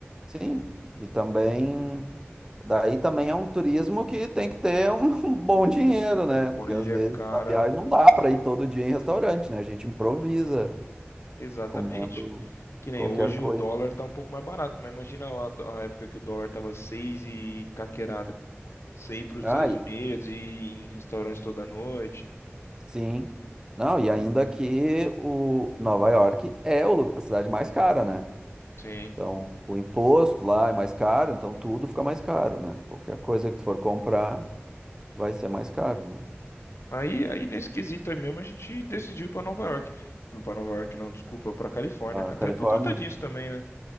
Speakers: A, on the right (about 15°); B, on the left (about 75°).
A: sim. E também. Daí também é um turismo que tem que ter um <laughs> bom dinheiro, né? Porque
B: Olha,
A: às vezes
B: cara,
A: na viagem não dá para ir todo dia em restaurante, né? A gente improvisa
B: exatamente.
A: comendo
B: Que nem
A: qualquer
B: hoje
A: coisa.
B: o dólar tá um pouco mais barato, mas imagina a, a época que o dólar tava 6 e caquerada. Você ir para os
A: Ah,
B: Estados
A: e-
B: Unidos e ir em restaurantes toda noite.
A: sim. Não, e ainda que o Nova York é o lu- a cidade mais cara, né?
B: Sim,
A: Então, o imposto lá é mais caro, então tudo fica mais caro, né? Qualquer coisa que tu for comprar vai ser mais caro, né?
B: Aí, aí nesse quesito aí mesmo, a gente decidiu ir pra Nova York. Não pra Nova York, não, desculpa, pra Califórnia.
A: A
B: Até
A: Califórnia.
B: por conta disso também, né?